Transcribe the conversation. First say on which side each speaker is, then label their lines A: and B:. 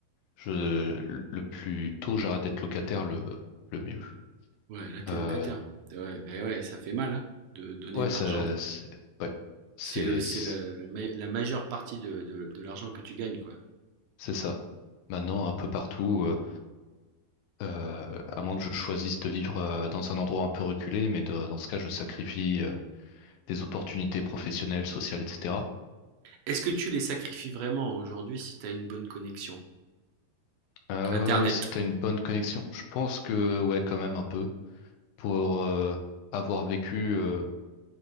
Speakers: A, on the left; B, on the right.
A: je, le plus tôt j'arrête d'être locataire, le, le mieux.
B: ouais, là t'es
A: Euh,
B: locataire. Ah Ouais, ben ouais, ça fait mal, hein, de donner
A: ouais,
B: de
A: ça,
B: l'argent.
A: c'est, ouais, c'est,
B: C'est le, c'est
A: c'est
B: le- ma- la majeure partie de, de- de l'argent que tu gagnes, quoi.
A: c'est ça. Maintenant, un peu partout, euh, euh, à moins que je choisisse de vivre euh, dans un endroit un peu reculé, mais de- dans ce cas, je sacrifie euh, des opportunités professionnelles, sociales, etc.
B: Est-ce que tu les sacrifies vraiment aujourd'hui si tu as une bonne connexion?
A: Euh,
B: Internet.
A: si tu as une bonne connexion, je pense que ouais, quand même un peu. Pour euh, avoir vécu euh,